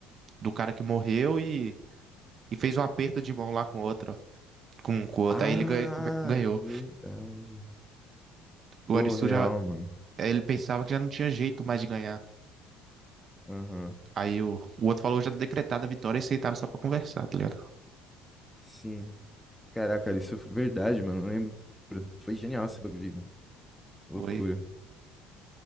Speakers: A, on the right; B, in the centre.
A: do cara que morreu e, e fez um aperto de mão lá com o outro, ó, com, com o outro.
B: Ah,
A: Aí ele ganha- ganhou.
B: verdade.
A: O,
B: Pô,
A: o Arisu
B: real,
A: já.
B: mano.
A: Ele pensava que já não tinha jeito mais de ganhar.
B: Aham.
A: Aí o, o outro falou já decretada a vitória e aceitaram só pra conversar, tá ligado?
B: Sim. Caraca, Arisu, verdade, mano, não lembro. Foi genial esse bagulho, mano. Loucura.
A: Foi.